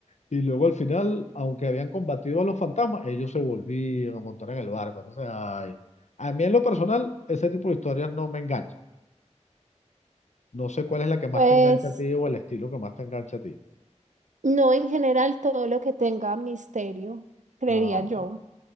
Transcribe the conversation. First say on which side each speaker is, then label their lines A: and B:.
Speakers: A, on the left; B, on the right.
A: Y luego al final, aunque habían combatido a los fantasmas, ellos se volvían a montar en el barco. Entonces, ay, a mí en lo personal, ese tipo de historias no me enganchan. No sé cuál es la que más
B: Pues
A: te engancha a ti o el estilo que más te engancha a ti.
B: no en general todo lo que tenga misterio, creería
A: Ah, ok.
B: yo.